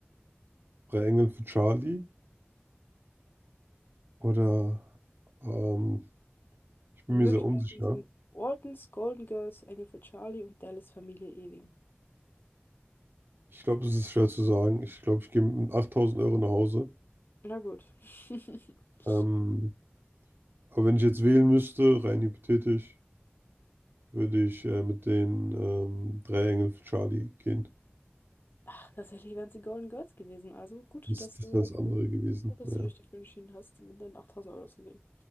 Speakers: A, on the right; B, on the left.
A: Drei Engel für Charlie oder ähm, ich bin
B: Die
A: mir
B: Möglichkeiten
A: sehr unsicher.
B: Mhm. sind Ortons, Golden Girls, Engel für Charlie und Dallas Familie Ewing.
A: Ich glaube, es ist schwer zu sagen. Ich glaube, ich gehe mit 8000 Euro nach Hause.
B: Na gut. <laughs>
A: Ähm, aber wenn ich jetzt wählen müsste, rein hypothetisch, würde ich äh, mit den ähm, Drei Engel für Charlie gehen.
B: Ach, Tatsächlich wären sie Golden Girls gewesen. Also gut,
A: Das,
B: dass
A: das
B: du,
A: wäre das andere gewesen.
B: gut, dass
A: Naja.
B: du dich dafür entschieden hast, mit deinen 8000 Euro zu gehen.